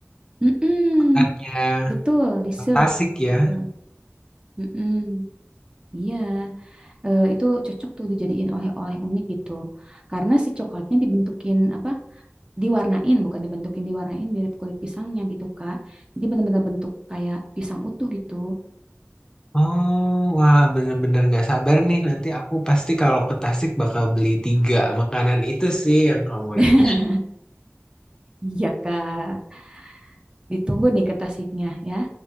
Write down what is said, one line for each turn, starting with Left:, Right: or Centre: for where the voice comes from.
Right: Mm-mm,
Left: makannya.
Right: betul, dessert
Left: Fantastik ya.
Right: gitu. Mm-mm, Iya, Eh, itu cocok tuh dijadiin oleh-oleh unik gitu. Karena si coklatnya dibentukin apa? Diwarnain, bukan dibentukin diwarnain mirip kulit pisangnya gitu, Kak. Jadi benar-benar bentuk kayak pisang utuh gitu.
Left: Oh, wah bener-bener nggak sabar nih. Nanti aku pasti kalau ke Tasik bakal beli tiga makanan itu sih yang kamu
Right: <laughs>
Left: rekom.
Right: Iya, Kak. Ditunggu nih ke Tasiknya ya.